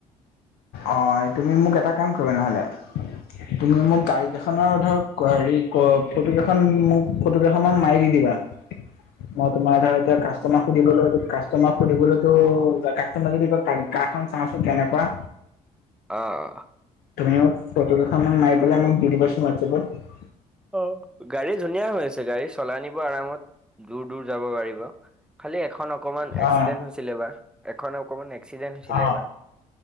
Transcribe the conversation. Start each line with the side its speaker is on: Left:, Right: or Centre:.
Left: অ' তুমি মোক এটা কাম কৰিবা নহলে তুমি মোক গাড়ী কেইখনৰ ধৰ হেৰি ফটো কেইখন মোক ফটোকেইখন মান মাৰি দি দিবা। মই তোমাৰ ধৰ এতিয়া কাষ্টমাক সুধিবলৈটো, কাষ্টমাৰক সুধিবলৈতো কাষ্টমাৰে যদি কয়, কাৰ খন চাওঁচোন কেনেকুৱা?
Centre: অঁ।
Left: তুমি মোক ফটো কেইখনমান মাৰি পেলাই দি দিবাচোন হোৱাটছএপত।
Centre: অ' গাড়ী ধুনীয়া হৈ আছে, গাড়ী চলাই নিব আৰামত দূৰ-দূৰ যাব গাড়ী। খালি এখন অকমান
Left: অ
Centre: এক্সিডেন্ট হৈছিল এবাৰ, এখন অকমা এক্সিডেণ্ট হৈছিলে
Left: অ
Centre: এবাৰ,